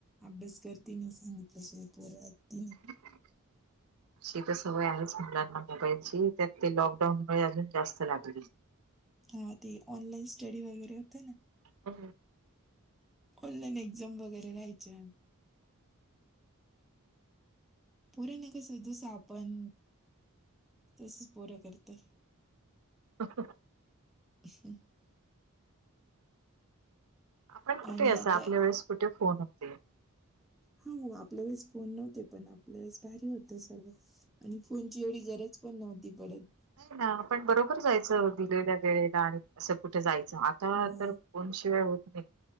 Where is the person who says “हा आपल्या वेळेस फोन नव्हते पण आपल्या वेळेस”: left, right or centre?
Centre